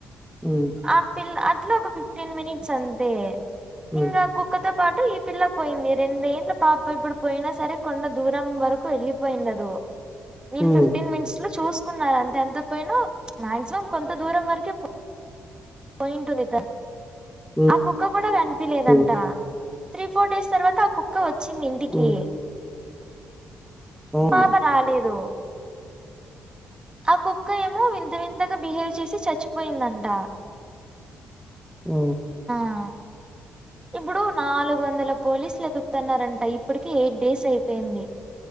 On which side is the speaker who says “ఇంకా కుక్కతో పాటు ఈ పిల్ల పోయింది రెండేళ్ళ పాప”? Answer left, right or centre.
Right